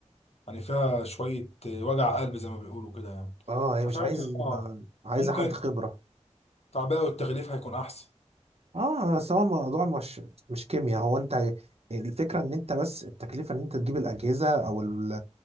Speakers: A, on the left; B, on the right.
A: يعني فيها شوية وجع قلب زي ما بيقولوا كده يعني
B: اه هي
A: ففعلا
B: مش عايز
A: اه
B: عايزه
A: ممكن
B: حد خبره
A: التعبئة والتغليف هيكون أحسن
B: اه بس هو الموضوع مش مش كيمياء هو انت الفكره ان انت بس التكلفه ان انت تجيب الاجهزه او ال